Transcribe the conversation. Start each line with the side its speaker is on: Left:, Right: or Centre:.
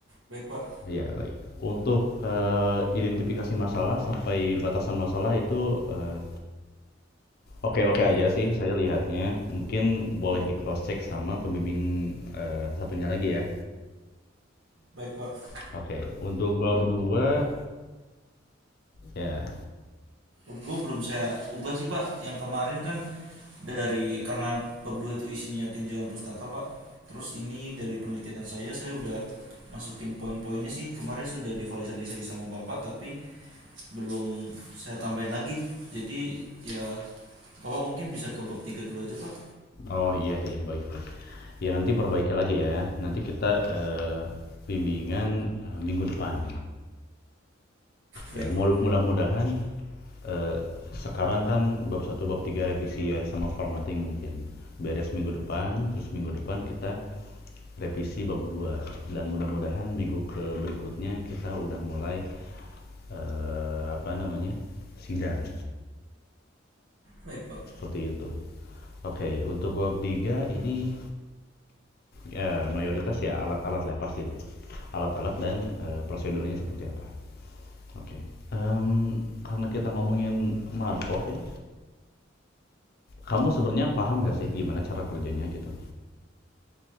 Right: Baik, Pak.
Left: ya baik. Untuk eh, identifikasi masalah sampai batasan masalah itu eh, Oke-oke aja sih saya lihatnya. Mungkin boleh di cross check sama pembimbing eh, satunya lagi ya.
Right: Baik, Pak.
Left: Oke, untuk bab 2 ya.
Right: Pub 2 belum saya ubah sih Pak. Yang kemarin kan dari karena Pub 2 itu isinya tinjauan pustaka Pak. Terus ini dari penelitian saya saya udah masukin poin-poinnya sih. Kemarin sudah divalidasi sama Bapak tapi belum saya tambahin lagi. Jadi ya Bapak mungkin bisa ke bab 3 dulu aja Pak.
Left: Oh iya iya baik-baik. Ya nanti perbaiki lagi ya. Nanti kita eh, bimbingan eh, minggu depan.
Right: Baik
Left: Ya
Right: Pak.
Left: mudah- mudahan eh, sekarang kan bab satu bab 3 revisi ya sama formatting mungkin. Beres minggu depan, terus minggu depan kita revisi bab 2 dan mudah-mudahan minggu ke berikutnya kita udah mulai eh, apa namanya sidang
Right: Baik Pak.
Left: seperti itu. Oke, untuk bab 3 ini eh, mayoritas ya alat-alat lah pasti lah. Alat-alat dan eh, prosedurnya seperti apa. Oke. Em, karena kita ngomongin Markov ya, kamu sebenarnya paham gak sih gimana cara kerjanya gitu?